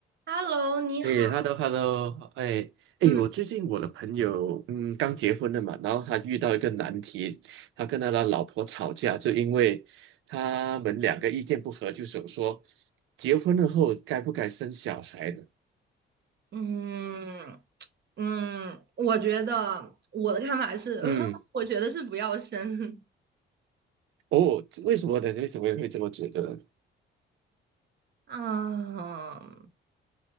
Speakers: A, on the right; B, on the right.
A: Hello，你好。
B: 诶，hello，hello，哎，哎，
A: 嗯
B: 我最近我的朋友，嗯，刚结婚了嘛，然后他遇到一个难题，他跟他的老婆吵架，就因为他们两个意见不合，就想说，结婚了后该不该生小孩呢？
A: 嗯嗯，我觉得我的看法是，
B: 嗯，
A: <laughs> 我觉得是不要生。
B: 哦，为什么呢？为什么会这么觉得呢
A: 嗯，